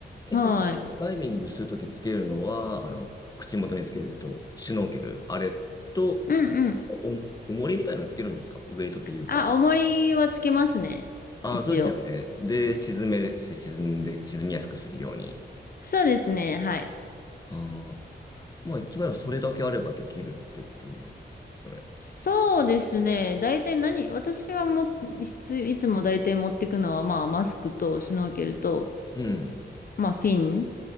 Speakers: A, on the left (about 20°); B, on the left (about 55°).
A: え、
B: はい。
A: それ、ダイビングするときつけるのは、あの、口元につけると、シュノーケル、あれと、
B: うんうん。
A: お、重りみたいなのつけるんですかウェイトっていうか。
B: あ、重りはつけますね。
A: ああ、
B: 一応。
A: そうですよね。で、沈め、し沈んで、沈みやすくするように。
B: そうですね。はい。
A: ああ、まあ一枚はそれだけあればできるってことですよね。
B: そうですね。大体何、私がも、いつ、いつも大体持っていくのは、まあ、マスクとスノーケルと、
A: うん。
B: まあ、フィン。